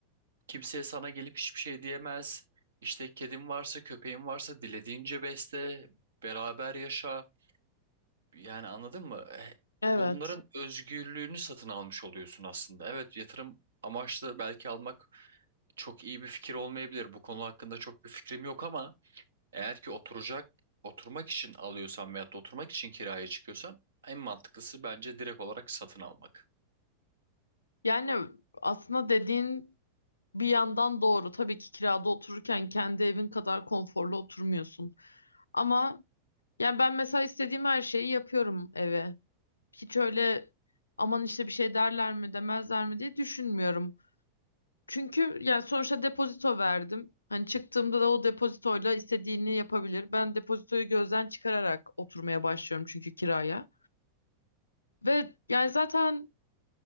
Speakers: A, on the right (about 65°); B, on the left (about 75°).
A: Kimseye sana gelip hiçbir şey diyemez. İşte kedin varsa, köpeğin varsa dilediğince besle, beraber yaşa. Yani anladın mı? E,
B: Evet.
A: Bunların özgürlüğünü satın almış oluyorsun aslında. Evet, yatırım amaçlı belki almak çok iyi bir fikir olmayabilir. Bu konu hakkında çok bir fikrim yok ama eğer ki oturacak, oturmak için alıyorsan veyahut da oturmak için kiraya çıkıyorsan en mantıklısı bence direkt olarak satın almak.
B: Yani aslında dediğin bir yandan doğru. Tabii ki kirada otururken kendi evin kadar konforlu oturmuyorsun. Ama yani ben mesela istediğim her şeyi yapıyorum eve. hiç öyle aman işte bir şey derler mi demezler mi diye düşünmüyorum. Çünkü yani sonuçta depozito verdim. Hani çıktığımda da o depozitoyla istediğini yapabilir. Ben depozitoyu gözden çıkararak oturmaya başlıyorum çünkü kiraya. Ve yani zaten